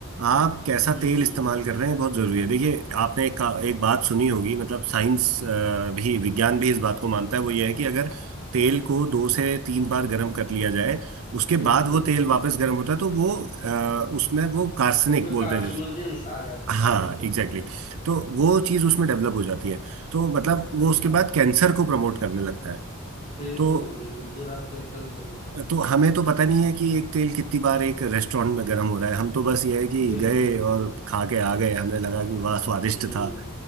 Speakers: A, on the right; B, on the left.
A: आप कैसा
B: हम्म
A: तेल इस्तेमाल कर रहे हैं बहुत जरूरी है देखिए आपने एक, एक बात सुनी होगी मतलब साइंस भी विज्ञान भी इस बात को मानता है वो ये है कि अगर तेल को दो से तीन बार गर्म कर लिया जाए उसके
B: बिल्कुल
A: बाद वो तेल
B: बिल्कुल
A: वापस गर्म होता है तो वो अ, उसमें वो कार्सनिक
B: उसमें
A: बोलते
B: कार्सिनोजेंस
A: हैं जिस-
B: आ जाते
A: हाँ
B: हैं बिल्कुल
A: एग्जैक्टली
B: बिल्कुल
A: exactly. तो वो चीज़ उसमें डेवलप हो जाती है तो मतलब
B: सही
A: वो उसके
B: बात
A: बाद
B: है
A: कैंसर को प्रमोट करने लगता है
B: बिल्कुल
A: तो
B: बिल्कुल ये बात तो एकदम सही है
A: तो हमें तो पता नहीं है कि एक तेल कितनी बार एक रेस्टोरेंट में गर्म हो रहा है हम तो बस ये है कि
B: बिल्कुल
A: गए
B: बिल्कुल
A: और खा के आ गए हमें लगा कि वाह स्वादिष्ट
B: हम्म
A: था